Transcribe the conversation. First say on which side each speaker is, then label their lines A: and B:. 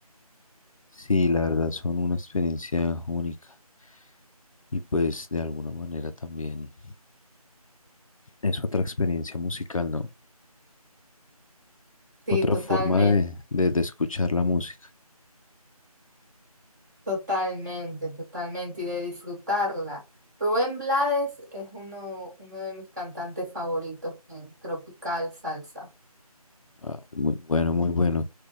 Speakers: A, on the left; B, on the right.
A: Sí, la verdad son una experiencia única. Y pues de alguna manera también es otra experiencia musical, ¿no?
B: Sí,
A: Otra
B: totalmente,
A: forma de, de, de escuchar la música.
B: totalmente, totalmente, y de disfrutarla. Rubén Blades es uno, uno de mis cantantes favoritos en tropical salsa.
A: Ah, muy bueno, muy bueno.